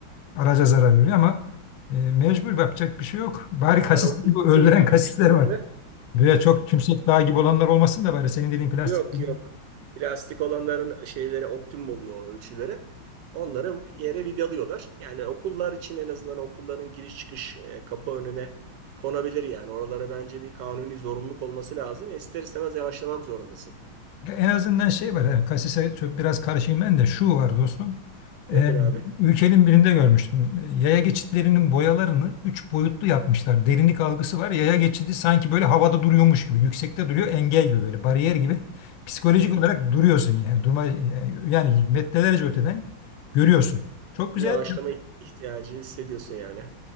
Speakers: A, on the left; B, on the right.
A: Araca zarar veriyor ama e, mecbur yapacak bir şey yok. Bari kasisleri
B: yani okul,
A: bu öldüren
B: okul
A: kasisler
B: girişlerinde
A: var. Böyle çok tümsek dağ gibi olanlar olmasın da bari senin dediğin plastik.
B: Yok yok. Plastik olanların şeyleri optimum oluyor o ölçüleri. Onları yere vidalıyorlar. Yani okullar için en azından okulların giriş çıkış e, kapı önüne konabilir yani. Oralara bence bir kanuni zorunluluk olması lazım. ve ister istemez yavaşlamak zorundasın.
A: Ya En azından şey var. Yani kasise çok biraz karşıyım ben de şu var dostum.
B: Nedir
A: Ee,
B: abi?
A: ülkenin birinde görmüştüm. Ee, Yaya geçitlerinin boyalarını üç boyutlu yapmışlar. Derinlik algısı var. Yaya geçidi sanki böyle havada duruyormuş gibi. Yüksekte duruyor. Engel gibi böyle. Bariyer gibi. Psikolojik
B: Hmm.
A: olarak duruyorsun yani. Durma, yani metrelerce öteden görüyorsun. Çok güzel.
B: Bir yavaşlama ihtiyacı hissediyorsun yani.